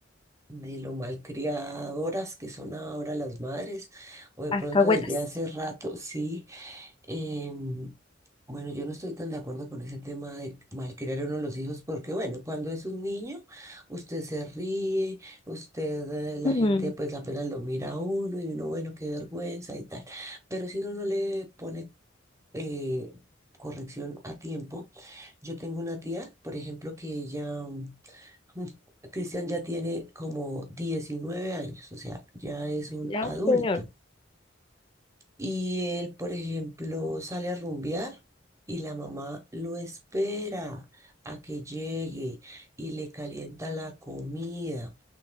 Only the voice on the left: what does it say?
Alcahuetas.
Ujú.
Ya
un señor.